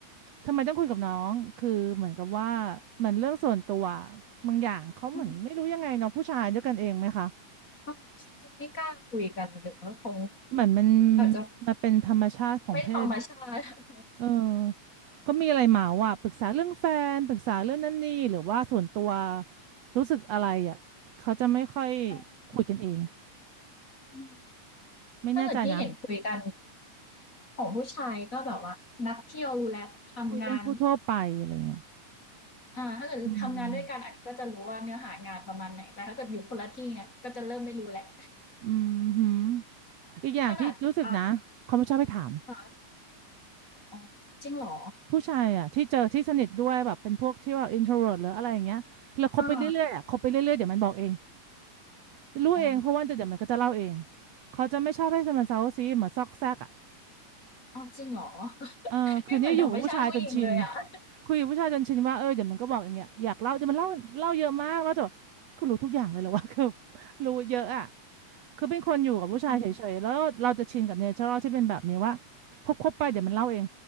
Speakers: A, on the right; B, on the left.
A: ทำไมต้องคุยกับน้องคือเหมือนกับว่ามันเรื่องส่วนตัวบางอย่างเขาเหมือนไม่รู้ยังไงเนาะผู้ชายด้วยกันเองไหมคะ
B: อืม เออเขาจะไม่กล้าคุยกันหรือว่าเขา
A: เหมือนมัน
B: อาจจะ
A: มันเป็นธรรมชาติของเพศ
B: ไม่ธรรมชาติ <laughs>
A: เออก็มีอะไรเมาอ่ะปรึกษาเรื่องแฟนปรึกษาเรื่องนั่นนี่หรือว่าส่วนตัวรู้สึกอะไรอ่ะเขาจะไม่ค่อย
B: ใช่
A: คุยกันเอง
B: อืม
A: ไม่แน่ใจนะ
B: ถ้าเกิดที่เห็นคุยกันของผู้ชายก็แบบว่านัดเที่ยวรู้แล้วทำงาน
A: คุยเรื่องทั่วๆไปอะไรเงี้ย
B: อ่าถ้าเกิดทำงานด้วยกันอันนี้ก็จะรู้ว่าเนื้อหางานประมาณไหนแต่ถ้าเกิดอยู่คนละที่เนี่ยก็จะเริ่มไม่รู้แหละว
A: อืมอืมหืมอีกอย่างที่รู้สึกนะเขาไม่ชอบให้ถาม
B: ขนาดอ่าอ่าอ๋อจริงเหรอ
A: ผู้ชายอ่ะที่เจอที่สนิทด้วยแบบเป็นพวกที่ว่า introvert หรืออะไรอย่างเงี้ยแล้วคบไปเรื่อยๆอ่ะคบไปเรื่อยๆเดี๋ยวมันบอกเอง
B: อา
A: รู้เองเพราะว่าจะเดี๋ยวมันก็จะเล่าเอง
B: อ๋อ
A: เขาจะไม่ชอบให้มันเซาซีเหมือนซอกแซกอ่ะ
B: ออจริงเหรอ <laughs>
A: เออคืนนี้อยู่กับผู้ชายจนชิน
B: ไม่เหมือนธรรมชาติผู้หญิงเลยอะ <laughs>
A: คุยกับผู้ชายจนชินว่าเออเดี๋ยวมันก็บอกอย่างเงี้ยอยากเล่าเดี๋ยวมันเล่าเล่าเยอะมากแล้วจะแนี่กูรู้ทุกอย่างเลยเหรอวะ <laughs> คือรู้เยอะอ่ะคือเป็นคนอยู่กับผู้ชายเฉยๆแล้วเราจะชินกับเนเชอรัลที่เป็นแบบนี้ว่า
B: อม
A: คบๆไปเดี๋ยวมันเล่าเอง